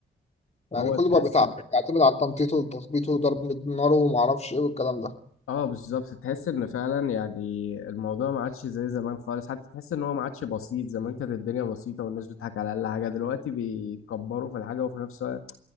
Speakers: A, on the left (about 30°); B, on the left (about 85°).
A: يعني
B: هو
A: كله
B: تحس
A: بقى بتاع- بيعتمد على التنطيط والتخبيط وضرب النار وما اعرفش ايه والكلام ده
B: اه بالظبط تحس ان فعلا يعني الموضوع ما عادش زي زمان خالص حتى تحس ان هو ما عادش بسيط زمان كانت الدنيا بسيطه والناس بتضحك على اقل حاجه دلوقتي بيكبروا في الحاجه وفي نفس الوقت